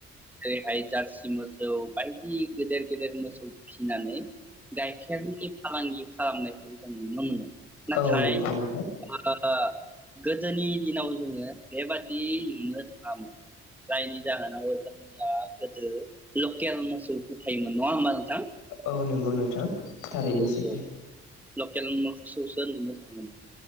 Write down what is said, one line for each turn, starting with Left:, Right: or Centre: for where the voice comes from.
Centre: जे जारसि मोसौ बायदि गेदेर गेदेर मोसौ फिसिनानै गाइखेरनि फालांगि खालामनायखौ जों नुनो मोनो नाथाय
Left: औ नंगौ नोंथां
Centre: ओ ओ गोदोनि दिनाव जोङो बेबादि नुनो थाङामोन जायनि जाहोनाव जोंनिया गोदो लकेल मोसौफोर थायोमोन नङा होमबा नोंथां
Left: औ नोंगौ नोंथां थारैनो
Centre: औ
Left: सैथो
Centre: औ लकेल मोसौसो नुनो थाङोमोन